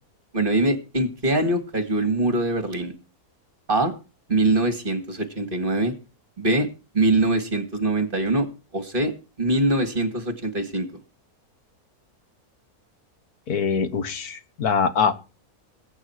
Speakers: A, on the right; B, on the left.
A: bueno, dime, ¿en qué año cayó el muro de Berlín? A, 1989. B, 1991. o C, 1985.
B: Eh, ush, la A.